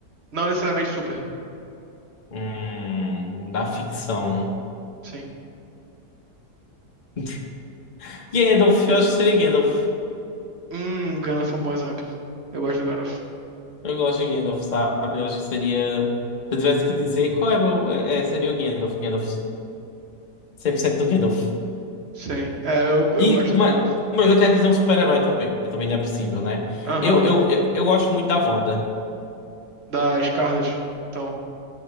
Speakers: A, on the right; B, on the left.
A: Não necessariamente super.
B: Hum, da ficção.
A: Sim.
B: <laughs> Gandalf, eu acho que seria Gandalf.
A: Hum, Gandalf é um bom exemplo. Eu gosto do Gandalf.
B: Eu gosto de Gandalf, sabe? Eu acho que seria. Se eu tivesse que dizer qual é meu. É, é, seria o Gandalf. Gandalf. 100% do Gandalf.
A: Sim. É, eu, eu
B: E,
A: gosto do
B: mas,
A: Gandalf.
B: mas eu quero dizer um super-herói também, que também não é possível, né?
A: Aham.
B: Eu, eu, eu, eu gosto muito da Wanda.
A: Da Scarlet. Então,